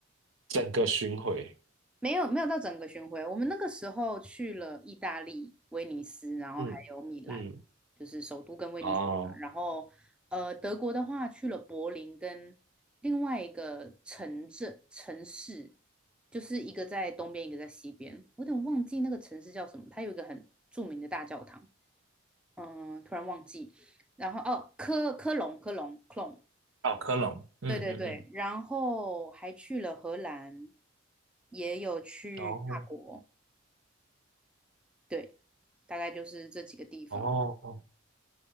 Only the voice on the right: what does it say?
整个巡回。
嗯嗯，
哦，
啊，科隆。嗯嗯嗯，
哦
哦。